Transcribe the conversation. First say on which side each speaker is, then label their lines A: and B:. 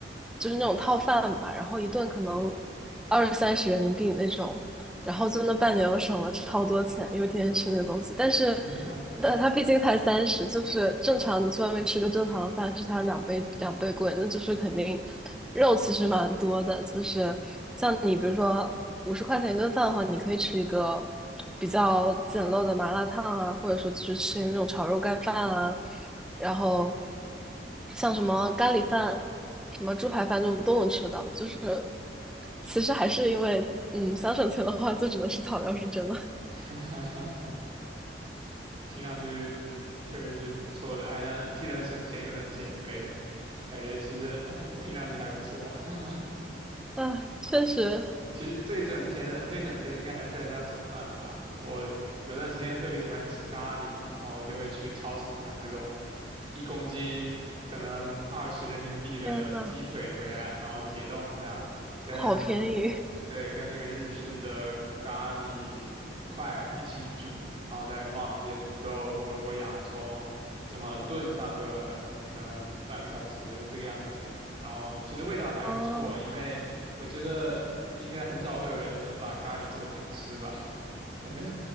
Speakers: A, in the centre; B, on the right.
A: 就是那种套饭吧，然后一顿可能二三十人民币那种，然后就那半年我省了超多钱，因为天天吃那个东西。但是，
B: <laughs>
A: 但它毕竟才三十，就是正常你去外面吃个正常的饭是它两倍两倍贵，那就是肯定肉其实蛮多的。就是像你比如说五十块钱一顿饭的话，你可以吃一个比较简陋的麻辣烫啊，或者说去是吃那种炒肉盖饭啊，然后像什么咖喱饭、什么猪排饭这种都能吃到，就是其实还是因为，嗯，想省钱的话，就只能吃草料，是真的。
B: <laughs> 听上去，嗯，确实是不错的，还能既能省钱又能减肥，感觉其实，<laughs> 呃听上去还不错。<laughs>
A: 唉，确实，
B: 其实最省钱的最省钱的应该还是在家做饭吧。我有段时间特别喜欢吃咖喱，然后就会去超市买那种一公斤可能二十人民币的鸡腿回来，
A: 天呐，
B: 然后解冻一下，跟
A: 好便宜
B: 对，跟那个日式的咖喱块一起煮，然后再放一些土豆、胡萝卜、洋葱，这么炖上个可能半个小时这个样子。然后其实味道还不错，
A: 哦，
B: 因为我觉得应该很少会有人能把咖喱做难吃吧，<laughs> 反正